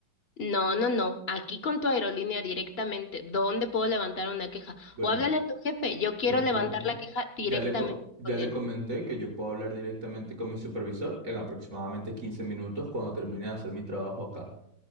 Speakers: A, on the left (about 35°); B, on the right (about 40°).
A: No, no, no, aquí con tu aerolínea directamente, ¿dónde puedo levantar una queja?
B: Bueno,
A: O háblale a tu jefe, yo quiero
B: Yo me
A: levantar
B: pregunto, ¿no?
A: la queja directamente
B: ya le, co- ya
A: con
B: le
A: él.
B: comenté que yo puedo hablar directamente con mi supervisor en aproximadamente 15 minutos cuando termine de hacer mi trabajo acá.